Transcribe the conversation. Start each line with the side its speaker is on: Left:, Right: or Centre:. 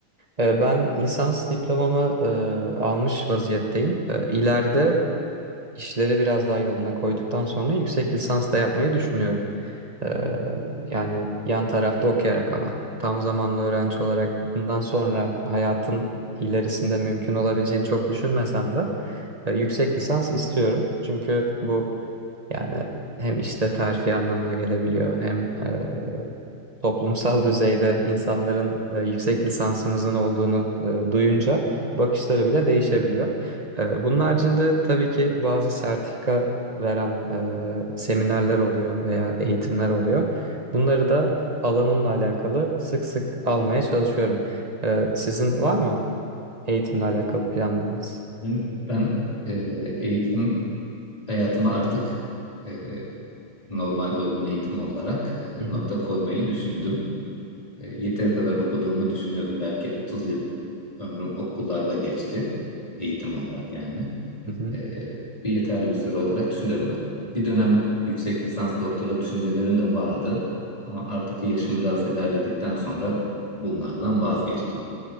Right: Ee, Ben lisans diplomamı e, almış vaziyetteyim. E, İleride işleri biraz daha yoluna koyduktan sonra yüksek lisans da yapmayı düşünüyorum. E, Yani yan tarafta okuyarak ama tam zamanlı öğrenci olarak bundan sonra hayatın ilerisinde mümkün olabileceğini çok düşünmesem de e, yüksek lisans istiyorum. Çünkü bu Yani hem işte terfi anlamına gelebiliyor hem e, toplumsal düzeyde insanların e, yüksek lisansımızın olduğunu e, duyunca bakışları bile değişebiliyor. E, bunun haricinde tabii ki bazı sertifika veren e, seminerler oluyor veya eğitimler oluyor. Bunları da alanımla alakalı sık sık almaya çalışıyorum. E, sizin var mı eğitimle alakalı planlarınız?
Left: Ben, ben e, eğitim hayatıma artık e, normal örgün eğitim olarak e,
Right: Hı hı.
Left: nokta koymayı düşündüm. E, Yeteri kadar okuduğumu düşünüyorum. Belki 30 yıl ömrüm okullarda geçti. Eğitim olarak yani.
Right: Hı hı.
Left: E, bir yeterli bir süre olarak düşünüyorum. Bir dönem yüksek lisans doktora düşüncelerim de vardı. Ama artık yaşım biraz ilerledikten sonra bunlardan vazgeçtim.